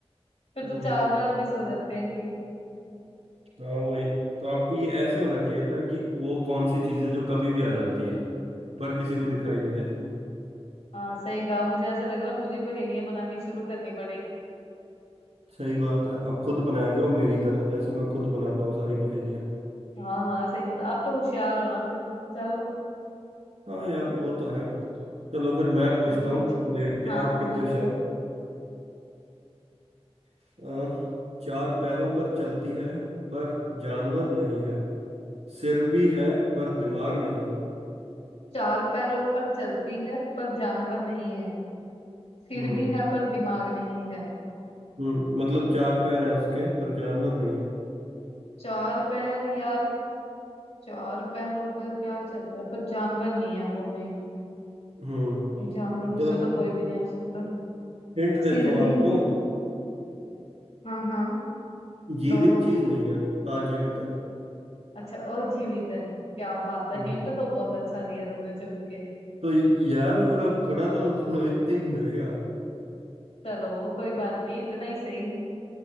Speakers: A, on the left; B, on the right.
A: फिर
B: हम्म
A: तो चार बार भी सो जाते हैं कई
B: हाँ वही तो आपको ये ऐसे होना चाहिए था कि वो कौन सी चीज़ है जो कभी भी आ जाती है पर किसी को दिखाई नहीं देती
A: हाँ सही कहा मुझे ऐसे लग रहा है मुझे पहेलियां बनानी शुरू करनी पड़ेंगी
B: सही बात है अब खुद बनाया करो मेरी तरह जैसे मैं खुद बनाता हूँ सारी पहेलियाँ
A: हाँ हाँ सही बता आप तो होशियार हो ना फिर चलो
B: हाँ यार
A: क-
B: वो तो है चलो फिर मैं
A: चलो
B: पूछता
A: पूछो
B: हूँ देखते
A: हाँ
B: हैं आप
A: हाँ
B: कितने
A: पूछो
B: होशियार हो। अ, चार पैरों पर चलती है पर जानवर नहीं है सिर भी है पर दिमाग नहीं है
A: चार पैरों पर चलती है पर जानवर नहीं है सिर
B: हम्म
A: भी है पर दिमाग नहीं है
B: हम्म मतलब चार पैर हैं उसके पर जानवर नहीं है
A: चार पैर यार चार पैरों पर क्या चलता है पर जानवर नहीं है वो नहीं
B: हम्म
A: तो जानवरों में
B: चलो
A: से तो कोई भी नहीं आ सकता
B: हिंट देता
A: सिर
B: हूँ
A: भी
B: आपको
A: है हाँ हाँ
B: जीवित
A: दो दो
B: चीज नहीं है आजीवित है
A: अच्छा और जीवित है क्या बात है
B: हम्म
A: हिंट तो बहुत अच्छा दिया तुमने चुन के
B: तो यार फिर अब थोड़ा तो इतना ही मिलेगा
A: चलो कोई बात नहीं इतना ही सही